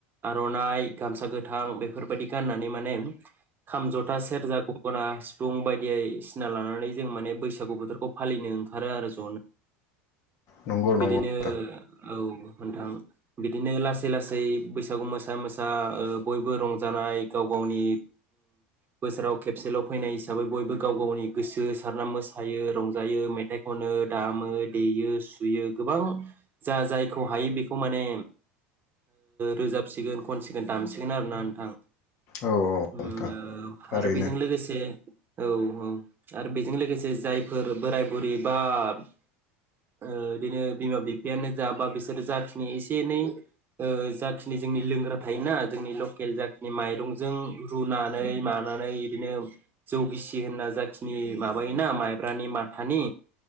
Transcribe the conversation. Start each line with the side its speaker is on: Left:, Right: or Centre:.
Right: आर'नाइ गामसा गोथां बेफोरबायदि गाननानै माने खाम ज'था सेरजा गंगना सिफुं बायदियै बायदिसिना लानानै जों माने बैसागु बोथोरखौ फालिनो ओंखारो आरो ज'नो
Left: नंगौ
Right: बिदिनो
Left: नंगौ नोंथां
Right: औ नोंथां बिदिनो लासै लासै बैसागु मोसा मोसा बयबो रंजानाय गाव गावनि बोसोराव खेबसेल' फैनाय हिसाबै बयबो गाव गावनि गोसो सारना मोसायो रंजायो मेथाइ खनो दामो देयो सुयो गोबां जा जायखौ हायो बेखौ माने रोजाबसिगोन खनसिगोन दामसिगोन आरोना नोंथां
Left: औ
Right: ओम
Left: नोंथां थारैनो
Right: आरो बेजों लोगोसे औ औ आरो बेजों लोगोसे जायफोर बोराय बुरि बा बिदिनो बिमा बिफायानो जाबा बिसोरो जाखिनि एसे एनै जाखिनि जोंनि लोंग्रा थायोना जोंनि लकेल जाखिनि माइरंजों रुनानै मानानै बिदिनो जौगिसि होनना जाखि नि माबायोना माइब्रानि माथानि